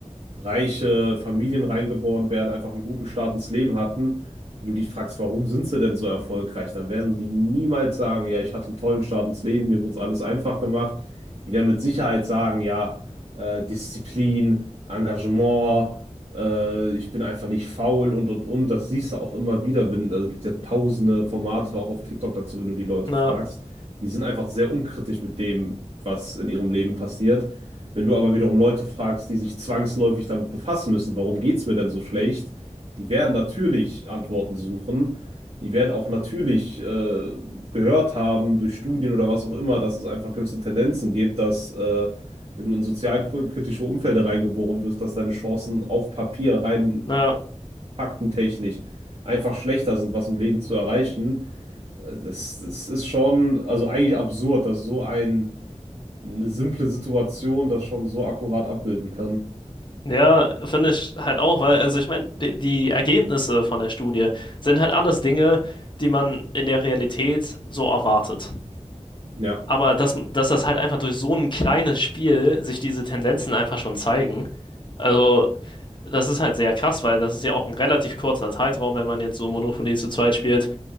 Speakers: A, on the right; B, on the left.
A: reiche Familien reingeboren werden, einfach einen guten Start ins Leben hatten. Wenn du dich fragst, warum sind sie denn so erfolgreich, dann werden die niemals sagen, ja, ich hatte einen tollen Start ins Leben, mir wurde es alles einfach gemacht. Die werden mit Sicherheit sagen, ja, äh, Disziplin, Engagement, äh, ich bin einfach nicht faul und und und. Das siehst du auch immer wieder, wenn, also es gibt ja tausende Formate auch auf TikTok dazu, wenn du die Leute
B: Na,
A: fragst. Die sind einfach sehr unkritisch mit dem, was in ihrem Leben passiert. Wenn du aber wiederum Leute fragst, die sich zwangsläufig damit befassen müssen, warum geht's mir denn so schlecht, die werden natürlich Antworten suchen. Die werden auch natürlich äh, gehört haben durch Studien oder was auch immer, dass es einfach gewisse Tendenzen gibt, dass äh, wenn du in sozialkritische Umfelder reingeboren wirst, dass deine Chancen auf Papier rein
B: na,
A: faktentechnisch einfach schlechter sind, was im Leben zu erreichen. Äh, Das, das ist schon, also eigentlich absurd, dass so ein eine simple Situation das schon so akkurat abbilden kann.
B: ja, finde ich halt auch, weil, also ich meine, die, die Ergebnisse von der Studie sind halt alles Dinge, die man in der Realität so erwartet.
A: Ja,
B: Aber dass, dass das halt einfach durch so ein kleines Spiel sich diese Tendenzen einfach schon zeigen, also das ist halt sehr krass, weil das ist ja auch ein relativ kurzer Zeitraum, wenn man jetzt so Monopoly zu zweit spielt.